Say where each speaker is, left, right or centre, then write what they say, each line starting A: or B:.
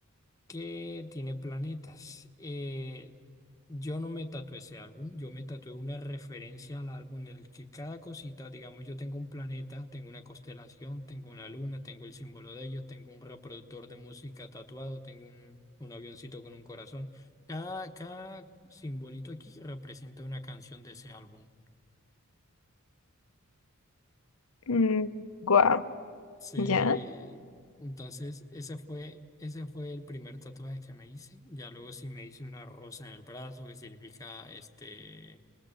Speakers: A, on the left (about 15°); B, on the left (about 80°).
A: que tiene planetas. Eh, yo no me tatué ese álbum, yo me tatué una referencia al álbum en el que cada cosita, digamos, yo tengo un planeta, tengo una constelación, tengo una luna, tengo el símbolo de ellos, tengo un reproductor de música tatuado, tengo un, un avioncito con un corazón. Cada, cada simbolito aquí representa una canción de ese álbum.
B: Mm, Guau,
A: Sí,
B: ¿ya?
A: entonces ese fue, ese fue el primer tatuaje que me hice. Ya luego sí me hice una rosa en el brazo que significa este